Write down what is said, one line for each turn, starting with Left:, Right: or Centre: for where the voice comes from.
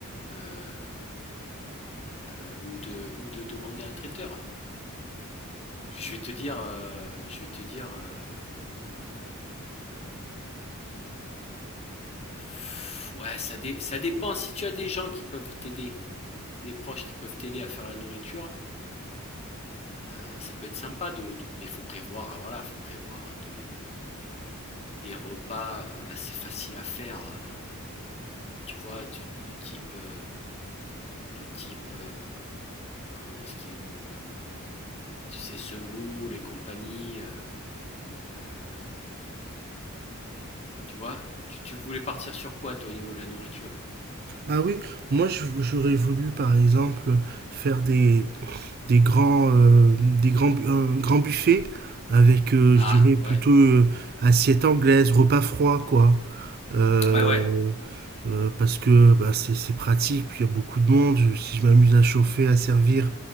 Left: euh, euh, ou de ou de demander à un traiteur. Je vais te dire euh, je vais te dire euh, pff, ouais, ça dé- ça dépend si tu as des gens qui peuvent t'aider, des proches qui peuvent t'aider à faire la nourriture. Euh, ça peut être sympa de, de- mais il faut prévoir, euh, voilà, faut prévoir du, euh, des repas euh, assez faciles à faire euh, pour, tu vois, tu- du type, euh, du type, euh, comment ce qui est bon, euh, tu sais, semoule et compagnie, euh, euh, tu vois, tu, tu voulais partir sur quoi, toi, au niveau de la nourriture?
Right: Ah oui, moi je- j'aurais voulu par exemple faire des, des grands, euh, des grands, bu- un grand buffet avec, euh,
Left: Ah,
Right: je dirais, plutôt
Left: ouais,
Right: euh, assiette anglaise, repas froid, quoi. Euh,
Left: ouais, ouais,
Right: euh, parce que bah, c'est c'est pratique, puis il y a beaucoup de monde. Je- si je m'amuse à chauffer, à servir,